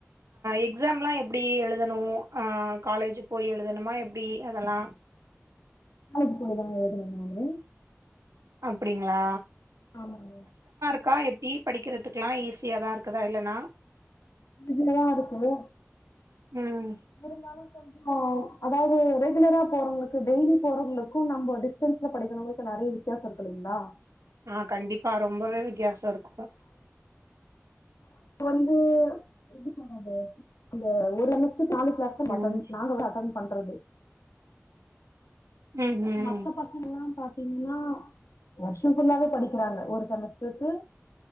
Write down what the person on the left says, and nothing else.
காலேஜ் போய்தா எழுத. <unintelligible>
ஆமாங்க.
இதுலதா இருக்கு.
இருந்தாலும் கொஞ்சோ. அதாவது ரெகுலரா போறவங்களுக்கு டெய்லி போறவங்களுக்கும் நம்ம டிஸ்டன்ஸ்ல படிக்குறவங்களுக்கு நெறைய வித்யாசோ இருக்கு இல்லைங்களா.
வந்து எப்டி சொல்றது இந்த ஒரளவு. <unintelligible> மட்டன்
நாங்கள்ளா அட்டன். பண்றது.
மத்த பசங்க எல்லா பாத். ன்னா வருஷோ புள்ளாவே படிக்கிறாங்க ஒரு செமஸ்டருக்கு.